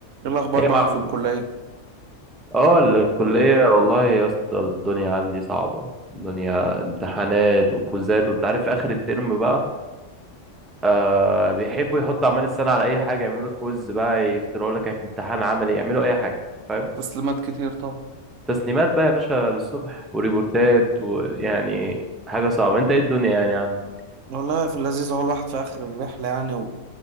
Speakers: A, on the right (about 80°); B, in the centre.
A: ايه الاخبار
B: هي
A: معاك
B: مع
A: في الكليه
B: اه الكلية والله يا اسطى الدنيا عندي صعبة الدنيا امتحانات وكوزات وانت عارف في اخر الترم بقى آه بيحبوا يحطوا اعمال السنة على اي حاجة يعملوا لك كويز بقى يخترعوا لك امتحان عملي يعملوا اي حاجة فاهم
A: تسليمات كتير طبعا
B: تسليمات بقى يا باشا للصبح وريبورتات ويعني حاجة صعبة انت ايه الدنيا يعني عندك
A: والله في اللذيذ هو الواحد في آخر الرحلة يعني و...